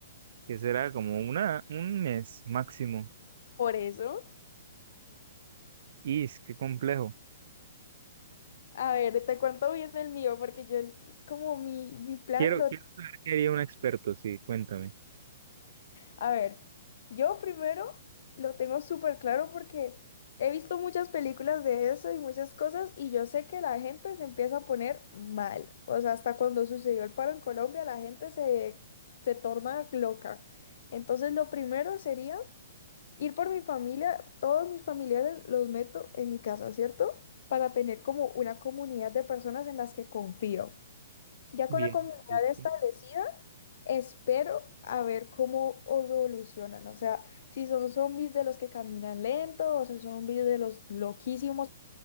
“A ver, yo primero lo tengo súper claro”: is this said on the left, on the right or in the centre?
Left